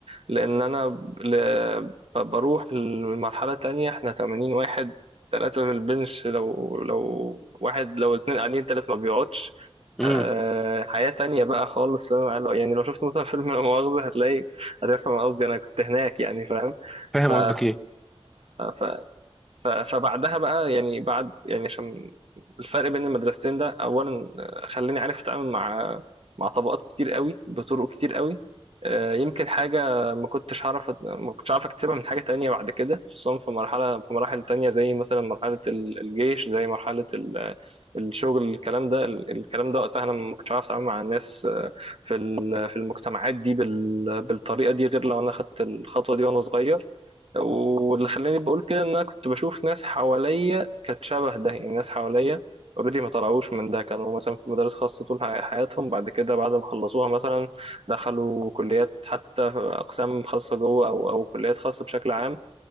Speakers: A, on the right (about 65°); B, in the centre.
A: لأن أنا ل- ب- بروح لمرحلة تانية احنا 80 واحد ثلاثة في البنش لو لو واحد لو اتنين قاعدين تلات ما بيقعدش
B: مهم.
A: أه حياة تانية بقى خالص فاهم؟ يعني لو يعني لو شفت مثلا فيلم لا مؤاخذة هتلاقي هتفهم قصدي أنا كنت هناك يعني فاهم
B: فاهم
A: ف...
B: قصدك
A: ف ف- فبعدها بقى يعني بعد يعني عشان الفرق بين المدرستين ده اولا آه، خلاني عارف اتعامل مع مع طبقات كتير قوي بطرق كتير قوي آه، يمكن حاجة ما كنتش هعرف أت- ما كنتش عارف اكتسبها من حاجة تانية بعد كده خصوصا في مرحلة في مراحل تانية زي مثلا مرحلة ال- الجيش زي مرحلة ال- الشغل الكلام ده ال- الكلام ده وقتها انا ما كنتش عارف اتعامل مع الناس آه، في ال- في المجتمعات دي بال- بالطريقة دي غير لو انا خدت الخطوة دي وانا صغير واللي خلاني بقول كده ان انا كنت بشوف ناس حواليا كانت شبه ده يعني ناس حواليا اوريدي ما طلعوش من ده كانوا مثلا في مدارس خاصة طول حي- حياتهم بعد كده بعد ما خلصوها مثلا دخلوا كليات حتى اقسام خاصة جوه او او كليات خاصة بشكل عام